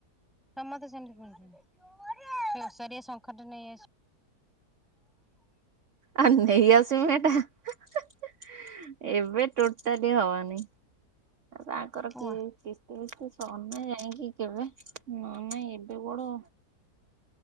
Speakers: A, in the centre; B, on the right.
A: ସମସ୍ତେ ସେମିତି ପିନ୍ଧୁଚନ୍ତି। ଓସାରିଆ ସଙ୍ଖାଟା ନେଇ ଆସି
B: ଆ ନେଇ ଆସିବୁ ମାନେ ଏଟା ଏବେ ଟୋଟାଲି ହବନି। ତାଙ୍କର
A: ଉଆ
B: କି କିସ୍ତି ବିସ୍ତି ସରିନି ଯାଇକି କେବେ ନହେଲେ ନାଇଁ ଏବେ ବଡ